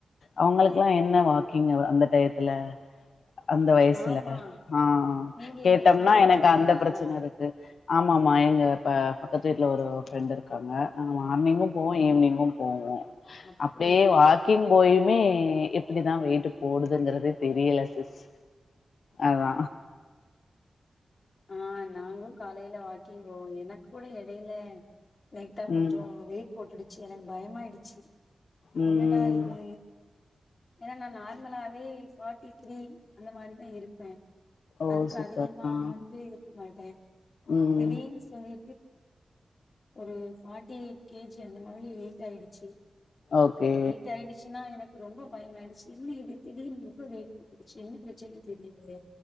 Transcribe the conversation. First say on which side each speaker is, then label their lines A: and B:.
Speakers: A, on the left (about 75°); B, on the left (about 50°).
A: அவங்களுக்குல்லாம் என்ன வாக்கிங் அந்த டயத்துல அந்த வயசுல
B: ஆமா
A: ஆஹ்
B: நீங்க
A: கேட்டோம்னா
B: எங்க ஃப்ரெண்டோட
A: எனக்கு
B: போவீங்களானா
A: அந்த பிரச்சனை இருக்கு ஆமாமா எங்க இ பக்கத்து வீட்டுல ஒரு ஃப்ரெண்ட் இருக்காங்க மார்னிங்கும்
B: அப்படி
A: போவோ ஈவினிங்கோ போவோ
B: அப்படியா
A: அப்டியே வாக்கிங் போய் மே எப் எப்படிதா வெயிட்டு போடுதுங்கிறது தெரியல சிஸ் அதா
B: ஆ நாங்களோ காலையில வாக்கிங் போவோம் எனக்கு கூட எடையில லைட்டா கொஞ்சோ
A: ம்
B: வெயிட் போட்டுடு எனக்கு பயமாயிடுச்சு
A: ம்
B: என்னடா
A: ம்
B: இது ஏன்னா நான் நார்மலாவே ஃபார்ட்டி த்ரீ அந்த மாதிரிதான் இருப்பேன்
A: ஓ
B: அதுக்கு
A: சூப்பர்
B: அதிகமா
A: ஆ
B: வந்துருக்க மாட்டே
A: ம்
B: திடீனு சொல்லி ஒரு ஃபார்ட்டி கேஜி அந்த மாரி வெயிட் ஆயிடுச்சு
A: ஓகே
B: வெயிட் ஆயிடுச்சுன்னா எனக்கு ரொம்ப பயமாயிடுச்சி என்ன இது திடீனு ரொம்ப வேயில்பட்டுச்சு என்ன பிரச்சனைன்னு தெரிலியே